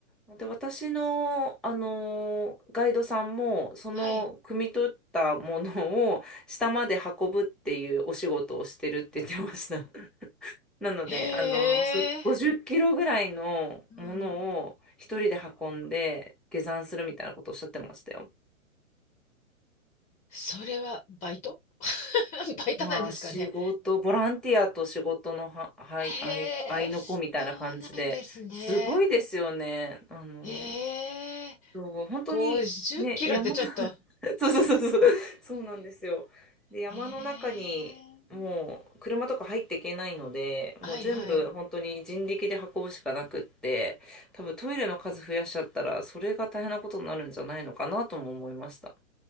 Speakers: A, in the centre; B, on the left.
A: で、私の、あのーガイドさんも、その、
B: はい。
A: 汲み取ったものを下まで運ぶっていうお仕事をしてるって言ってました。<laughs> なので、
B: へえ。
A: あのーそ50キロぐらいのものを一人で運んで下山するみたいなことをおっしゃってましたよ。
B: うんそれはバイト <laughs> バイトなんですかね。
A: まあ仕事、ボランティアと仕事のは、はい、
B: へ
A: 合い、合いの子みたいな感じで、
B: え、そうなんですね。
A: すごいですよね。あの、
B: ええ、
A: そう本当にね、
B: 50キロってちょっと。
A: 山、<laughs> そうそうそうそう、そうなんですよ。で、山の中にもう車とか入っていけないので、
B: へえ、
A: もう全部本当に人力で運ぶしかなくって、
B: はいはい。
A: 多分トイレの数増やしちゃったら、それが大変なことになるんじゃないのかなとも思いました。